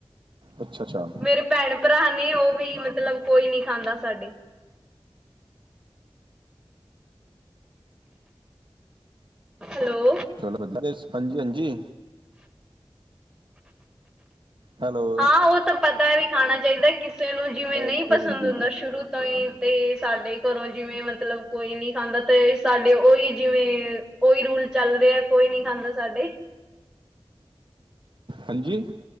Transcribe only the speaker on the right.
ਅੱਛਾ ਅੱਛਾ
ਚਲੋ ਹਾਂਜੀ ਹਾਂਜੀ ਹੈਲੋ
ਹਾਂਜੀ
ਹਾਂਜੀ।
ਹਾਂਜੀ